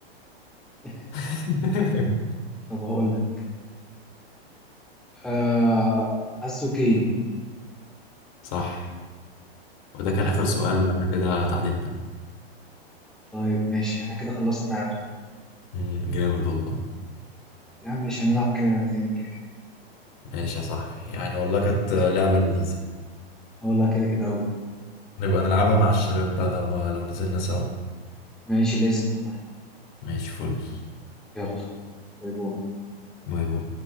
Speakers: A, in the centre; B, on the left (about 50°).
A: <laughs>
B: <laughs>
A: طب هقول لك آه حاسه كين
B: صح وده
A: طب
B: كان
A: الحمد
B: اخر سؤال
A: لله
B: احنا كده تعادلنا
A: طيب ماشي احنا كده خلصنا تعادل
B: مم، جامد والله
A: طب يا عم ماشي هنلعب كده تاني كده كده
B: ماشي يا صاحبي يعني والله كانت
A: ماشي
B: لعبة لذيذة
A: اه لا كده كده أوي
B: نبقى نلعبها مع الشباب بقى لما لو نزلنا سوا
A: ماشي لازم والله
B: ماشي فل
A: يلا باي باي
B: باي باي